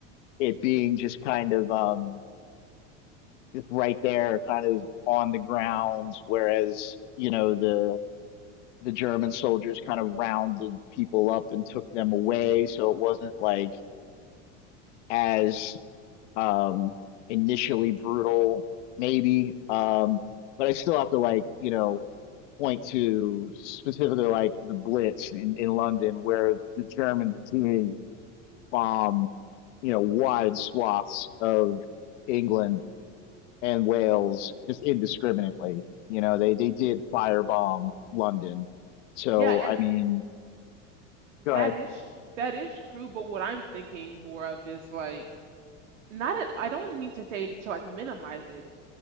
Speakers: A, on the left; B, on the right.
A: it being just kind of um just right there, kind of on the ground, whereas you know the the German soldiers kind of rounded people up and took them away, so it wasn't like as um initially brutal, maybe. Um, but I still have to like you know point to specifically like the Blitz in, in London, where the Germans continued to bomb, you know, wide swaths of England and Wales just indiscriminately. You know, they they did firebomb London. So
B: Yeah, and
A: I mean,
B: that
A: go ahead.
B: is that is true, but what I'm thinking more of is like not at, I don't mean to say to like minimize it.